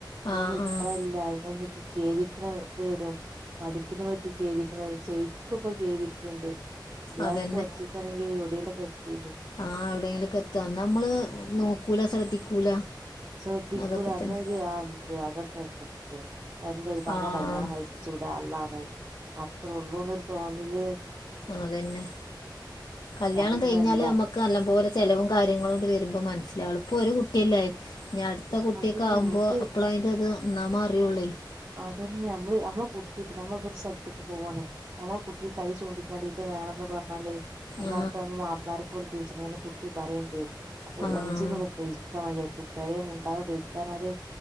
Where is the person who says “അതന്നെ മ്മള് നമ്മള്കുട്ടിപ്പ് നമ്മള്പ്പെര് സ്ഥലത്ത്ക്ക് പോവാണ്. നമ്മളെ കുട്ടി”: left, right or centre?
Right